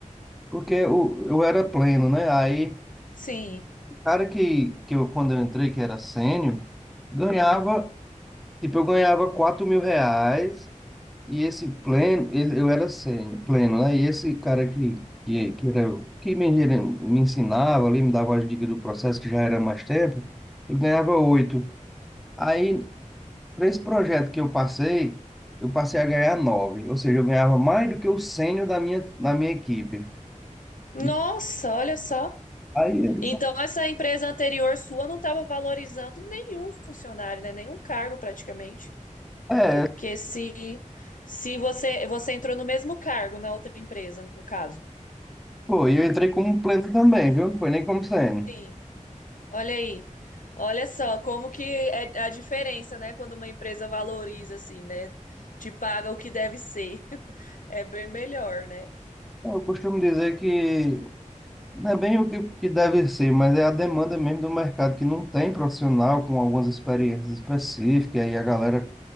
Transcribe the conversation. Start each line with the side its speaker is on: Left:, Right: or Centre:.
Centre: Porque eu, eu era pleno, né? Aí
Left: sim.
Centre: cara que, que eu, quando eu entrei, que era sênior, ganhava, tipo, eu ganhava quatro mil reais e esse pleno, ele- eu era sênior, pleno, né? E esse cara que, que, que, era, o- que me, gere- me ensinava ali, me dava as dicas do processo, que já era mais tempo, ele ganhava oito Aí, para esse projeto que eu passei, eu passei a ganhar nove ou seja, eu ganhava mais do que o sênior da minha, da minha equipe.
Left: Nossa,
Centre: E
Left: olha só.
Centre: aí, eu disse,
Left: Então, essa empresa anterior sua não estava valorizando nenhum funcionário, né? Nenhum cargo praticamente.
Centre: é,
Left: Porque se, se você, você entrou no mesmo cargo na outra empresa, no caso.
Centre: pô, e eu entrei como pleno também, viu? Não foi nem como sênior.
Left: Sim, olha aí. Olha só como que é a diferença, né? Quando uma empresa valoriza, assim, né? Te paga o que deve ser. <laughs> É bem melhor, né?
Centre: Eu costumo dizer que não é bem o que, que deve ser, mas é a demanda mesmo do mercado, que não tem profissional com algumas experiências específicas, aí a galera